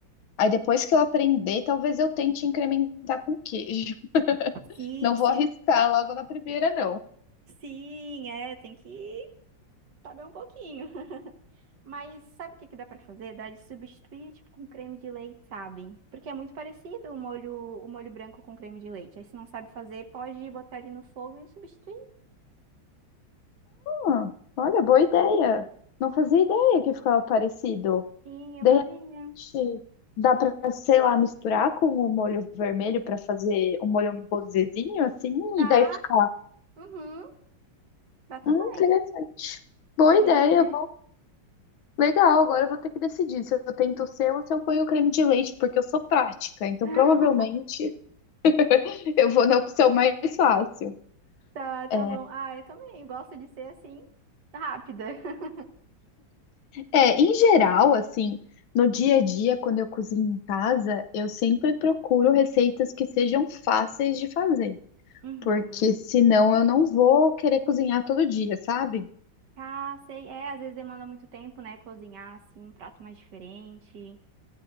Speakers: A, on the left; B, on the right.
A: Aí, depois que eu aprender, talvez eu tente incrementar com queijo. <laughs>
B: Sim,
A: Não vou
B: sim,
A: arriscar logo na primeira, não.
B: sim, é, tem que saber um pouquinho. <laughs> Mas sabe o que que dá pra fazer? Dá de substituir, tipo, com creme de leite, sabe? Porque é muito parecido o molho, o molho branco com creme de leite. Aí se não sabe fazer, pode botar ele no fogo e substituir.
A: Ah, olha, boa ideia. Não fazia ideia que ficava parecido.
B: Sim, eu
A: De
B: fazia.
A: repente, dá para, sei lá, misturar com o molho vermelho para fazer um molho um rosézinho, assim,
B: Dá,
A: e daí fica.
B: uhum, dá também.
A: Hum, interessante. Boa
B: Legal,
A: ideia.
B: né?
A: Legal, agora eu vou ter que decidir se eu tento o seu ou se eu ponho o creme de leite, porque eu sou prática, então
B: <laughs>
A: provavelmente <laughs> eu vou na opção mais fácil.
B: Tá, tá
A: É,
B: bom. Ah, eu também gosto de ser assim, rápida. <laughs>
A: é, em geral, assim, no dia a dia, quando eu cozinho em casa, eu sempre procuro receitas que sejam fáceis de fazer,
B: Uhum.
A: porque senão eu não vou querer cozinhar todo dia, sabe?
B: Ah, sei. É, às vezes demanda muito tempo, né? Cozinhar, assim, um prato mais diferente.